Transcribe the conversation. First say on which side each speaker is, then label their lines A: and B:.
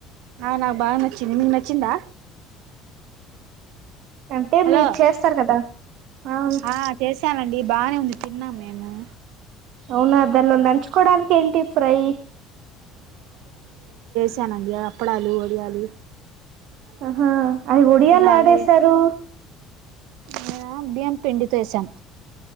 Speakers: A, on the right; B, on the right.
A: ఉ హ నాక్ బాగా నచ్చింది మీకు నచ్చిందా
B: అంటే
A: హలో
B: మీరు చేస్తారు కదా అవును
A: ఆ చేశానండి బానే ఉంది తిన్నాం మేమ్ మేము
B: అవునా దానిలో నంచుకోడానికి ఏంటి ఫ్రై
A: వెంచనండి అప్పడాలు వడియాలు
B: ఆహా అవి వడియాలు
A: నావి
B: యాడేసారు
A: మేమ బియ్యం పిండితో వేసాం